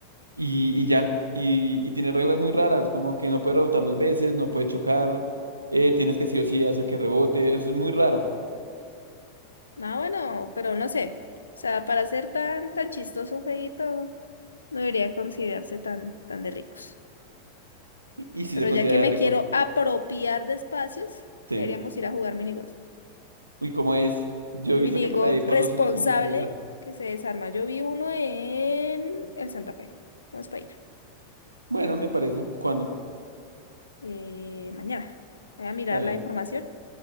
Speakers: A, on the right; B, on the left.
A: y, y ya. Y, y tiene reglas muy raras, como que no puede rebotar dos veces, no puede chocar, eh, tienes que sí o sí hacer que rebote, eso es muy raro.
B: Ah, bueno, pero no sé. O sea, para ser tan, tan chistoso un jueguito, no debería considerarse tan, tan de ricos.
A: Y, si
B: Pero
A: se considera
B: ya que me
A: rico,
B: quiero apropiar de espacios,
A: sí.
B: deberíamos ir a jugar minigolf.
A: Uy, ¿cómo es? Yo
B: Un
A: he visto
B: minigolf
A: que para ahí por
B: responsable
A: los centros comerciales hay.
B: que se desarma. Yo vi uno en el Santa Fe. Vamos para ir.
A: Bueno, me parece. ¿Cuándo?
B: Eh, mañana. Voy a mirar
A: Está bien.
B: la información